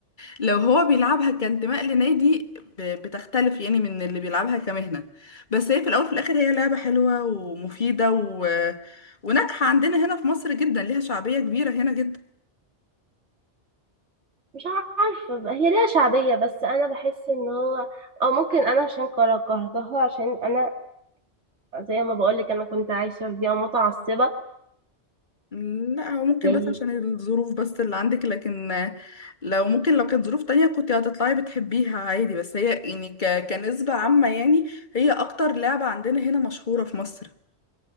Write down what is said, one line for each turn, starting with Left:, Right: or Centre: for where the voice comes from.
Left: لو هو بيلعبها كانتماء لنادي ب... بتختلف يعني من اللي بيلعبها كمهنة بس هي في الأول في الآخر هي لعبة حلوة ومفيدة و... وناجحة عندنا هنا في مصر جدا ليها شعبية كبيرة هنا جدا
Right: مش عارفة بقى هي ليها شعبية بس انا بحس ان هو او ممكن انا عشان كره- كرهتها عشان انا زي ما بقولك انا كنت عايشة في بيئة متعصبة
Left: لا هو ممكن
Right: زي
Left: بس عشان الظروف بس اللي عندك لكن لو ممكن لو كانت ظروف تانية كنت هتطلعي بتحبيها عادي بس هي يعني ك... كنسبة عامة يعني هي أكتر لعبة عندنا هنا مشهورة في مصر